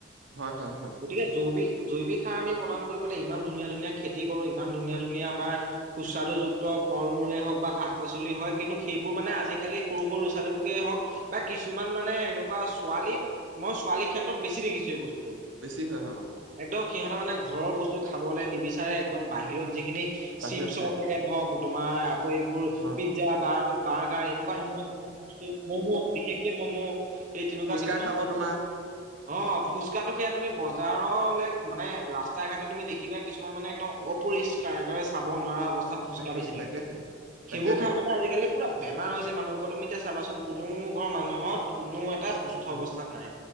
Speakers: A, on the right (about 75°); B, on the right (about 40°).
A: হয় হয় হয়।
B: গতিকে জৈৱিক জৈৱিক সাৰ আমি প্ৰদান কৰি পেলাই ইমান ধুনীয়া ধুনীয়া খেতি কৰো ইমান ধুনীয়া ধুনীয়া আমাৰ সুস্বাদুযুক্ত ফল মূলে হওক বা শাক পাচলি হয় কিন্তু সেইবোৰ মানে আজিকালি সৰু সৰু ল'ৰাোৱালীবুকে হওক বা কিছুমান মানে এনেকুৱা ছোৱলী মই ছোৱালীৰ ক্ষেত্ৰত বেছি দেখিছো এই বস্তু একদম
A: বেছি হয় অ
B: সিহঁতে মানে ঘৰৰ বস্তু খাবলৈ নিবিচাৰে একদম বাহিৰত যিখিনি
A: বাহিৰত
B: চিপছৰ
A: খায়
B: পেকেট হওক তোমাৰ আকৌ এইবোৰ
A: অ
B: পিজ্জা বাৰ্গাৰ এনেকুৱা ধৰণৰ বস্তু ম'ম' বিশেষ এ তেনেকুৱা
A: ফুচকা
B: কিছুমান
A: খাব
B: বস্তু
A: তোমাৰ
B: অ ফুচকা তো তোমাৰ বজাৰত ল মানে ৰাস্তা ঘাটে তুমি দেখিবা কিছুমান মানে একদম অপৰিষ্কাৰৰে খাব নোৱাৰা অৱস্থাত ফোচকা
A: তাকেহে
B: বেছি থাকে
A: তাকেহে তাকেতো
B: সেইবোৰ খাই পেলাই আজিকালি পুৰা বেমাৰ হৈছে মানুহক তুমি এতিয়া চাবাচোন। কোনো ঘৰৰ মানুহত কোনো এটা সুস্থ
A: হয়
B: অৱস্থাত নাই